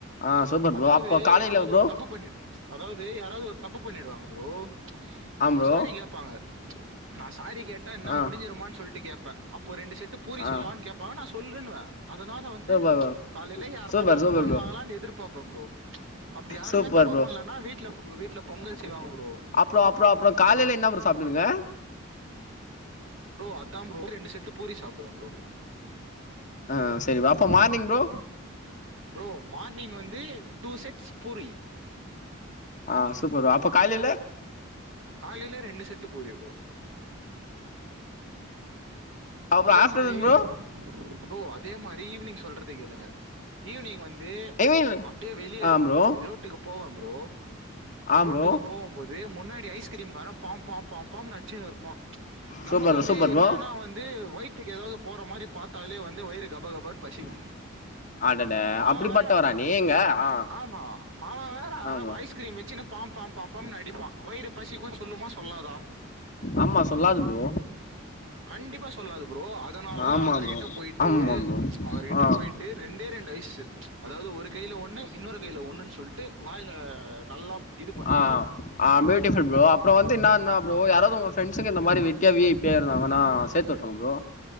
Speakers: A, on the left; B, on the right.
A: ஆ சூப்பர்
B: அதாது
A: ப்ரோ அப்போ காலைல
B: யாராது
A: ப்ரோ
B: ஒரு தப்பு பண்ணிட் அதாவது யாராது ஒரு தப்பு பண்ணிடுவாங்க ப்ரோ
A: ஆ
B: அவுங்க
A: ப்ரோ
B: சாரி கேப்பாங்க நான் சாரி கேட்டா என்ன
A: ஆ
B: முடிஞ்சிருமான் சொல்லிட்டு கேப்பே அப்போ ரெண்டு செட்டு பூரி
A: ஆ
B: சொல்லவான் கேட்பாங்க நான் சொல்லுன்னுவே அதனால வந்து
A: சூப்பர் ப்ரோ
B: காலையில யாருனா
A: சூப்பர்
B: தப்பு
A: சூப்பர்
B: பண்ணுவாங்களான்
A: ப்ரோ
B: எதிர் பாப்போ ப்ரோ அப்டி யாருமே
A: சூப்பர்
B: தப்பு
A: ப்ரோ
B: பண்லன்னா வீட்ல வீட்ல பொங்கல் செய்வாங்க ப்ரோ
A: அப்றோ அப்றோ அப்றோ காலையில என்ன ப்ரோ சாப்டுவீங்க
B: ப்ரோ அதான் ப்ரோ ரெண்டு செட்டு பூரி சாப்டுவேன் ப்ரோ
A: ஆஹ்ன் சரி அப்போ மார்னிங் ப்ரோ
B: ப்ரோ மார்னிங் வந்து டூ செட்ஸ் பூரி
A: ஆஹ் சூப்பரு அப்ப காலில
B: காலைல ரெண்டு செட்டு பூரி ப்ரோ
A: அப்றோ
B: அதே
A: ஆஃப்டர்நூன்
B: மாரி
A: ப்ரோ
B: ப்ரோ அதே மாரி ஈவினிங் சொல்றது கேளுங்க ஈவினிங் வந் து
A: ஐ மீன்
B: அப்டியே வெளியே
A: ஆ ப்ரோ
B: ரோட்டுக்கு போவ ப்ரோ
A: ஆ
B: ரோட்டுக்கு
A: ப்ரோ
B: போவு போது இது முன்னாடி ஐஸ்கிரீம் வரே பாம்பாம் பாம்பாம் அச்சுன்னு இருப்பான் நமக்கு
A: சூப்பர்
B: வந்து
A: சூப்பர் ப்ரோ
B: என்னன்னா வந்து வயிற்றுக்கு ஏதாவுது போற மாரி பாத்தாலே வந்து வயிறு கபகபனு பசிக்கு
A: <inaudible>
B: அவேன்
A: அப்படிப்பட்டவரா
B: வேறே
A: நீங்க ஆ
B: ஆமா அவே வேறே
A: ஆ ப்ரோ
B: ஐஸ் க்கிரீம் வச்சுனு பாம்பாம்பாம் பாம்னு அடிப்பா வயிறு பசிக்குன் சொல்லுமா சொல்லாதா
A: ஆமா சொல்லாது ப்ரோ
B: கண்டிப்பா சொல்லாது ப்ரோ அதனால
A: ஆமா
B: தான் அவர்கிட்ட
A: ப்ரோ
B: போய்ட்டு
A: ஆமா ப்ரோ
B: அவர்கிட்ட
A: ஆ
B: போய்ட் டு ரெண்டே ரெண்டு ஐஸு அதாது ஒரு கைல ஒன்னு இன்னொரு கைல ஒன்னு சொல்ட் டு வாய்ல நல்லா இது பண்ணுவேன்
A: ஆஹ்ன்
B: ப்ரோ.
A: ஆஹ்ன் பியூட்டிபுல் ப்ரோ அப்றோ வந்து என்ன என்ன ப்ரோ யாராவுது உங் க ப்ரெண்டஸுங்க இந்த மாரி வெட்டியா விஐபியா இருந்தாங்கனா சேர்த்து விட்டுருங்க ப்ரோ